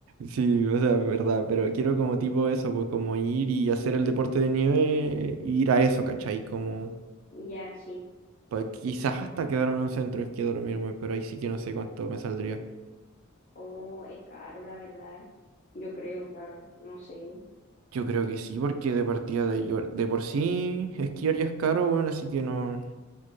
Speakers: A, on the right (about 85°); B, on the left (about 45°).
A: Sí, o sea, verdad, pero quiero como tipo eso, pues como ir y hacer el deporte de nieve, ir a eso, ¿cachai? Como...
B: Ya, sí.
A: Pues quizás hasta quedarme en un centro de esquí a dormirme, pero ahí sí que no sé cuánto me saldría.
B: Oh, es caro, la verdad. Yo creo, la verdad. No sé.
A: Yo creo que sí, porque de partida de, yo- de por sí esquiar ya es caro, bueno, así que no,